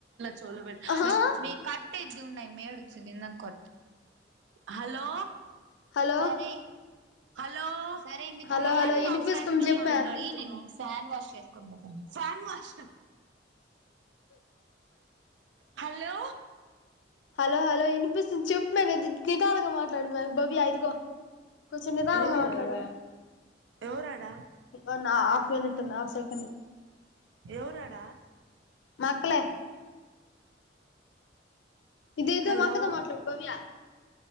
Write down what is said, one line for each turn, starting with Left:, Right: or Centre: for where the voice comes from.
Right: చ పెట్
Left: ఆహా
Right: మీ కట్ అది ఉన్నాయి మే కొ హలో
Left: హలో
Right: సరే హలో సరే మీతో
Left: హలో
Right: మా
Left: హలో
Right: ఏంది
Left: వినిపిస్తుంది
Right: మా ఫ్రెండ్ తో
Left: చెప్పే
Right: మాట్లాడుతుంటే ఫ్యాన్ వాష్ చేసుకుని పోతాం fan wash hello
Left: hello hello వినిపిస్తుంది చెప్పున్నాను నిధానంగా మాట్లాడున్నా భవ్య దుగో కొ చిన్నదా
Right: ఎవరు
Left: మాట్లాకా
Right: ఎవరాడా
Left: ఉ హాఫ మినిట్ హఫ్ెకండ్
Right: ఎవరాడా
Left: మా అక్కలే ఇదేదో
Right: హలో
Left: మాక్కతో మాట్లాడుకోవ్య